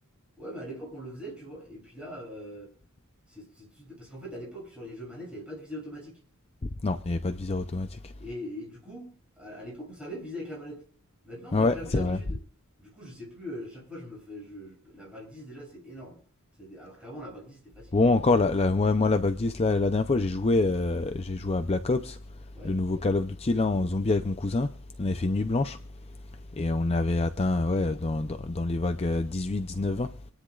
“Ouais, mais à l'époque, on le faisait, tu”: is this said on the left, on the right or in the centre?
Centre